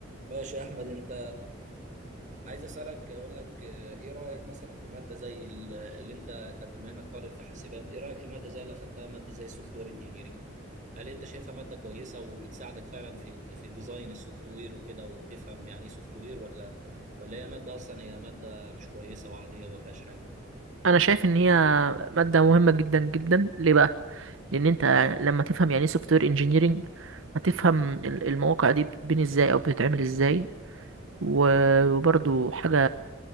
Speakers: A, on the right; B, on the right.
A: ماشي يا احمد انت عايز اسالك اقول لك آه، ايه رايك مثلا في ماده زي ال- اللي انت طب بما انك طالب في حاسبات ايه رايك في ماده زي اللي اخدتها ماده زي السوفت وير انجينيرنج هل انت شايفها ماده كويسه وبتساعدك فعلا في في ديزاين السوفت وير وكده وتفهم يعني ايه سوفت وير ولا ولا هي ماده اصلا هي ماده مش كويسه وعاديه وما فيهاش حاجه
B: انا شايف ان هي ماده مهمه جدا جدا ليه بقى لان انت لما تفهم يعني ايه سوفت وير انجينيرنج هتفهم ال- المواقع دي بتتبني ازاي او بتتعمل ازاي و- وبرضو حاجة